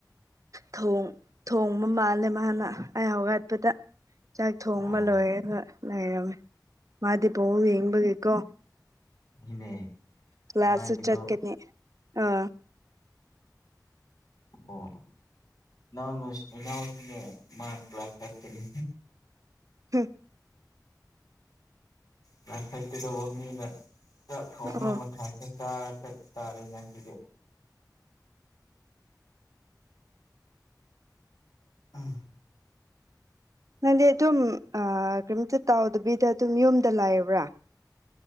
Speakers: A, on the right (about 50°); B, on the left (about 55°).
A: ꯊꯣꯡ ꯊꯣꯡꯕ ꯃꯥꯜꯂꯦ ꯃꯥꯅ ꯑꯩ ꯍꯧꯒꯠꯄꯗ ꯆꯥꯛ ꯊꯣꯡꯕ
B: ꯑꯣ
A: ꯂꯣꯏꯔꯒ ꯂꯩꯔꯝꯃꯦ ꯃꯥꯗꯤ ꯕꯣꯜ ꯌꯦꯡꯕꯒꯤꯀꯣ
B: ꯢꯅꯦ
A: ꯀ꯭ꯂꯥꯁꯁꯨ
B: ꯅꯨꯡꯉꯥꯢꯕꯤꯗꯣ
A: ꯆꯠꯀꯅꯤ ꯑꯥ
B: ꯑꯣ ꯏꯅꯥꯎꯅꯨꯁꯤ ꯏꯅꯥꯎꯁꯤꯅꯦ ꯃꯥ ꯀ꯭ꯂꯥꯁ ꯐꯥꯏꯚꯇꯅꯤ
A: ꯍꯝ
B: ꯀ꯭ꯂꯥꯁꯆꯠꯀꯗꯕ ꯃꯤꯗ ꯆꯥꯛ ꯊꯣꯡꯉ
A: ꯑꯣ
B: ꯑꯃꯨꯛ ꯊꯝꯃꯤ ꯆꯥꯔ ꯆꯠ ꯆꯥꯔꯦ ꯉꯁꯤꯗꯤ ꯎꯝ
A: ꯅꯪꯗꯤ ꯑꯗꯨꯝ ꯀꯔꯤꯝꯇ ꯇꯧꯗꯕꯤꯗ ꯑꯗꯨꯝ ꯌꯨꯝꯗ ꯂꯩꯕ꯭ꯔꯥ